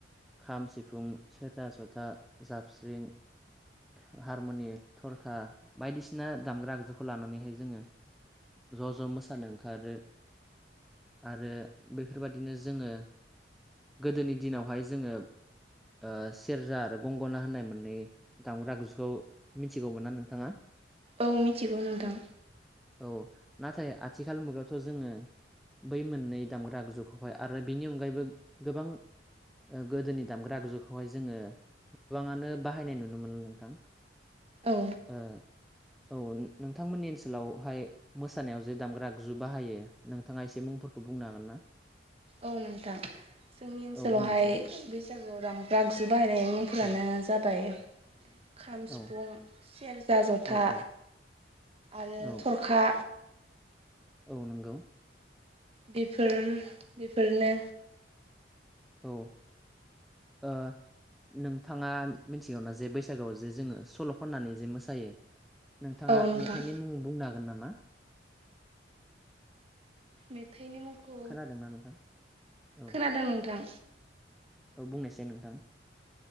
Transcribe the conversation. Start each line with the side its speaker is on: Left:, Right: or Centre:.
Centre: खाम, सिफुं, सेरजा, जथ बा जाबस्रिं हा हारमुनि थरखा बायदिसिना दामग्रा आगजुखौ लानानैहाय जोङो ज' ज' मोसानो ओंखारो आरो बेफोरबादिनो जोङो गोदोनि दिनावहाय जोङो ओ सेरजा आरो गंगना होननाय मोन्नै दामग्रा आगजुखौ मिथिगौमोना नोंथाङा?
Right: औ मिथिगौ नोंथां।
Centre: औ नाथाय आथिखाल मुगायावथ' जोङो बै मोननै दामग्रा आगजुखौहाय आरो बिनि अनगायैबो गोबां ओ गोदोनि दामग्रा आगजुखौहाय जोङो गोबाङानो बाहायनाय नुनो मोनो नोंथां।
Right: औ
Centre: ओ औ नो नोंथांमोननि ओनसोलावहाय मोसानायाव जे दामग्रा आगजु बाहायो नोंथाङा एसे मुंफोरखौ बुंनो हागोन ना?
Right: औ नोंथां। जोंनि ओनसोलावहाय
Centre: औ बुंनायसाय
Right: बैसागुआव दामग्रा आगजु बाहायनाय मुंफोरानो
Centre: औ
Right: जाबाय खाम,
Centre: औ
Right: सिफुं, सेरजा, जथा
Centre: औ औ
Right: आरो
Centre: औ
Right: थरखा
Centre: औ नंगौ।
Right: बेफोर बेफोरनो
Centre: औ ओ नोंथाङा मिन्थिगौना जे बैसागोआव जे जोङो सल' खननानै जे मोसायो नोंथाङा
Right: औ नोंथां
Centre: मेथाइनि मुं बुंनो हागोन नामा?
Right: मेथाइनि मुंखौ
Centre: खोनादोंना नोंथां औ
Right: खोनादों ना नोंथाङा? खोनादों नोंथां।
Centre: औ बुंनायसाय नोंथां